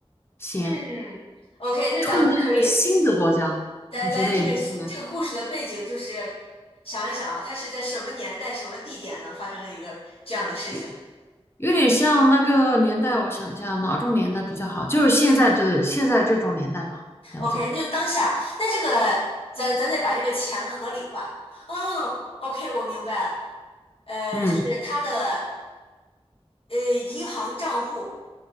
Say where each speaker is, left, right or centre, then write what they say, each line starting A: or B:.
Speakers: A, on the left; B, on the left.
A: 先
B: 嗯，OK，那咱们可以，
A: 创建一个新的国家，
B: 咱咱这个这个故事的背景就是想一想啊，
A: 你觉得有没有可能？
B: 他是在什么年代、什么地点呢发生了一个这样的事情
A: 有有点像那个年代，我想一下哪种年代比较好，就是现在这现在这种年代吧，要不就
B: ？OK，那就当下，那这个咱咱得把这个钱合理化。哦，OK，我明白了。呃，
A: 嗯。
B: 就是他的呃，银行账户，